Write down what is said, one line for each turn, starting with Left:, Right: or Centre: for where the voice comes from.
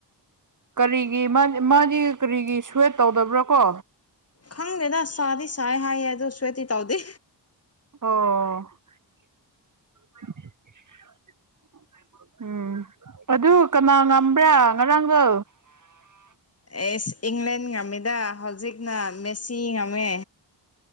Right: ꯀꯔꯤꯒꯤ ꯃꯥ ꯃꯥꯗꯤ ꯀꯔꯤꯒꯤ ꯁ꯭ꯨꯋꯦꯠ ꯇꯧꯗꯕ꯭ꯔꯥ ꯀꯣ
Left: ꯈꯪꯗꯦꯗꯁꯁꯥꯗꯤ ꯁꯥꯏ ꯍꯥꯏꯌꯦ ꯑꯗꯨ ꯁꯨꯋꯦꯠꯇꯤ ꯇꯧꯗꯦ꯫
Right: ꯑꯣ ꯎꯝ ꯑꯗꯨ ꯀꯅꯥ ꯉꯝꯕ꯭ꯔꯥ ꯉꯔꯥꯡꯗꯣ
Left: ꯑꯦꯁ ꯏꯪꯂꯦꯟ ꯉꯝꯃꯤꯗ ꯍꯧꯖꯤꯛꯅ ꯃꯦꯁꯤ ꯉꯝꯃꯦ